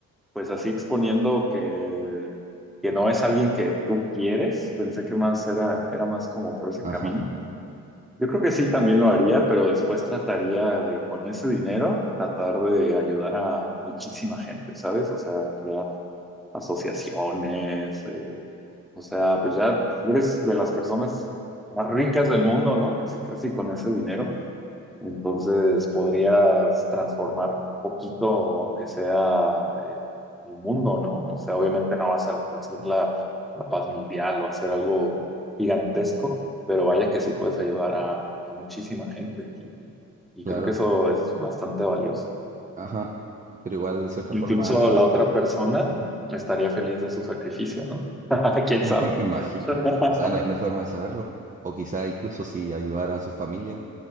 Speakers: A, in the centre; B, on the right.
A: pues así exponiendo que, que no es alguien que tú quieres, pensé que más era, era más como por ese
B: Ajá,
A: camino. Yo creo que sí también lo haría, pero después trataría de, con ese dinero, tratar de ayudar a muchísima gente, ¿sabes? O sea, crear asociaciones, eh, o sea, pues ya eres de las personas más ricas del mundo, ¿no? Casi, casi con ese dinero. Entonces podrías transformar poquito, aunque sea eh, el mundo, ¿no? O sea, obviamente no vas a alcanzar la, la paz mundial o hacer algo gigantesco, pero vaya que sí puedes ayudar a, a muchísima gente y, y
B: claro.
A: creo que eso es bastante valioso.
B: Ajá, pero igual de cierta
A: Incluso
B: forma,
A: la otra persona
B: ujú,
A: estaría feliz de su sacrificio, ¿no? <laughs> ¿Quién
B: <laughs>
A: sabe?
B: me imagino,
A: <laughs>
B: o sea, no hay, no hay forma de saberlo, o quizá incluso si ayudara a su familia,